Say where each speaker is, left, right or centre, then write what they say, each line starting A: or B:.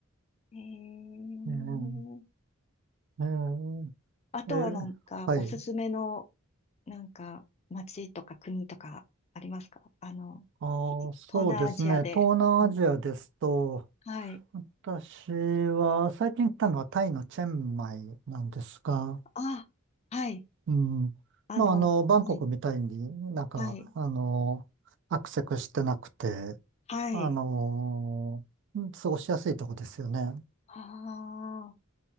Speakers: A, on the left (about 30°); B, on the right (about 60°).
A: えー、
B: ね、え
A: あとはなんか、
B: えええはい。
A: おすすめの、なんか、街とか国とかありますかあの、
B: ああ、
A: ひ東南アジアで。
B: そうですね。東南アジアですと、
A: うん、はい。
B: 私は最近行ったのはタイのチェンマイなんですが、
A: あ、はい。
B: うん。
A: あの、
B: まあ、あの、バンコクみたいになんか、
A: はい、はい、
B: あの、アクセスしてなくて、
A: はい。
B: あのーうん過ごしやすいとこですよね。
A: ああ、